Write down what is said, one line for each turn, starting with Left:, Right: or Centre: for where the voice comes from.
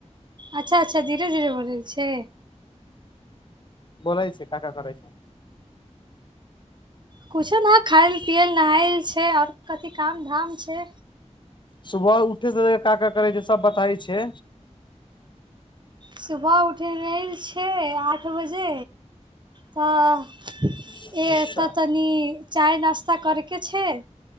Right: अच्छा अच्छा धीरे धीरे बोलल छै
Left: बोैलै छै का का करै छै
Right: कुछो नहि खाइल पियल नहायल छै आओर कथि काम धाम छै
Left: सुबह उठ का का करै छै सब बत- पाइ छै
Right: सुबह उठना छै आठ बजे तऽ
Left: अच्छा
Right: एह तऽ तनी चाय नास्ता करैके छै